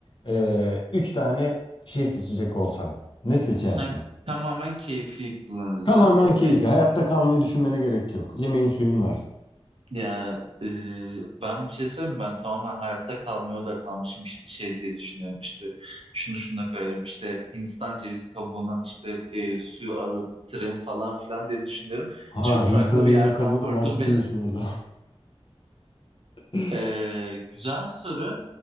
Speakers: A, on the left; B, on the right.
A: e, üç tane şey seçecek olsan ne seçersin?
B: Ben tamamen keyfi kullanacağım.
A: Tamamen
B: Okey.
A: keyfi. Hayatta kalmayı düşünmene gerek yok. Yemeğin suyun var.
B: Ya e, ben bir şey söyleyeyim mi? Ben tamamen hayatta kalmaya odaklanmışım işte şey diye düşünüyorum işte şunu şuna koyarım işte Hindistan cevizi kabuğundan işte e, suyu arıtırım falan filan diye düşünüyorum.
A: Ha
B: Çok farklı
A: Hindistan cevizi
B: bir yerden
A: kabuğu
B: vurdun
A: da mantıklıymış
B: beni.
A: bu arada. <laughs>
B: E, güzel soru.